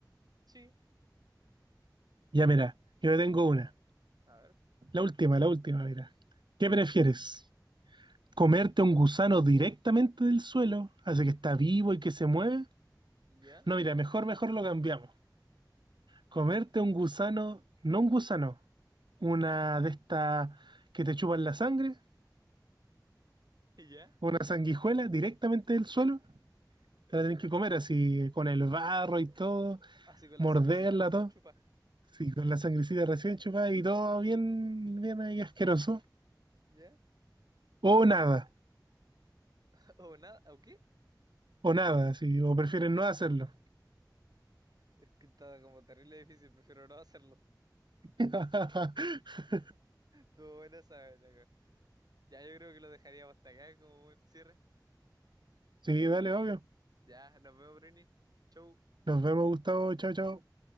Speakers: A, on the right (about 60°); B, on the right (about 80°).
A: Sí,
B: Ya, mira, yo tengo una.
A: a ver,
B: La última, la última, mira. ¿Qué prefieres? comerte un gusano directamente del suelo, así que está vivo y que se mueve.
A: ya,
B: No, mira, mejor, mejor lo cambiamos. Comerte un gusano, no un gusano, una de estas que te chupan la sangre,
A: ya,
B: una sanguijuela directamente del suelo. Te la tenés que comer así, con el barro y todo,
A: así con la
B: morderla,
A: sangrecita recién
B: todo.
A: chupa,
B: Sí, con la sangrecita recién chupada y todo bien, bien ahí asqueroso.
A: ya,
B: O nada,
A: <laughs> o nada, o qué,
B: o nada, sí, o prefieren no hacerlo.
A: es que está como terrible difícil, prefiero no hacerlo.
B: <laughs>
A: <laughs> Estuvo buena esa, loco. Ya yo creo que lo dejaríamos hasta acá como buen cierre.
B: Sí,
A: Ahí,
B: dale, obvio.
A: ya, nos vemos, Bruni. Chau.
B: Nos vemos, Gustavo. Chao, chao.